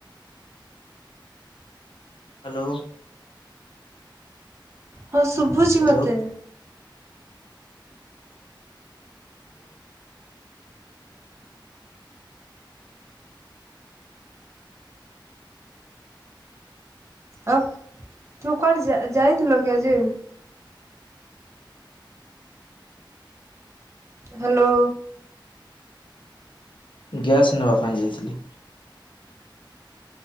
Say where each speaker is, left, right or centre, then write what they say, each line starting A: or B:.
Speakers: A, on the left; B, on the right.
A: ହ୍ୟାଲୋ।
B: ହଁ ଶୁଭୁଛି
A: ହ୍ୟାଲୋ
B: ମୋତେ। ଆଉ ତୁ କୁଆଡେ ଯା-ଯାଇଥିଲ କି ଆଜି? ହ୍ୟାଲୋ।
A: ଗ୍ୟାସ୍ ନେବା ପାଇଁ ଯାଇଥିଲି।